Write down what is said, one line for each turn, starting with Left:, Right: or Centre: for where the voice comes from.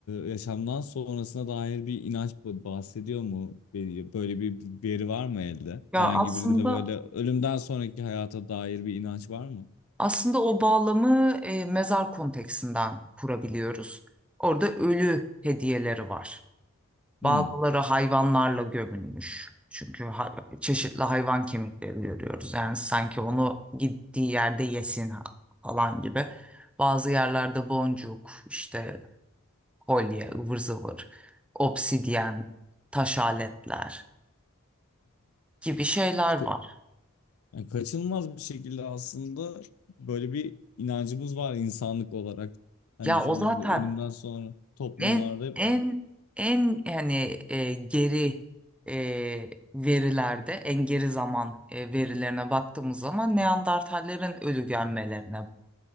Left: yaşamdan sonrasına dair bir inanç ba- bahsediyor mu? Bir- Böyle bir veri var mı elde?
Centre: Ya
Left: Herhangi
Centre: aslında
Left: birinde böyle ölümden sonraki hayata dair bir inanç var mı?
Centre: aslında o bağlamı e, mezar konteksinden kurabiliyoruz. Orada ölü hediyeleri var. Bazıları
Left: Hmm.
Centre: hayvanlarla gömülmüş. Çünkü hay- çeşitli hayvan kemikleri görüyoruz. Yani sanki onu gittiği yerde yesin ha- falan gibi. Bazı yerlerde boncuk, işte kolye, ıvır zıvır, obsidyen, taş aletler gibi şeyler
Left: Ka-
Centre: var.
Left: yani kaçınılmaz bir şekilde aslında böyle bir inancımız var insanlık olarak. Hani
Centre: Ya
Left: sanırım
Centre: o zaten
Left: bir ölümden sonra toplumlarda
Centre: En
Left: hep
Centre: en
Left: var.
Centre: en yani e, geri e, verilerde, en geri zaman e, verilerine baktığımız zaman
Left: Hı.
Centre: Neandertallerin ölü gömmelerine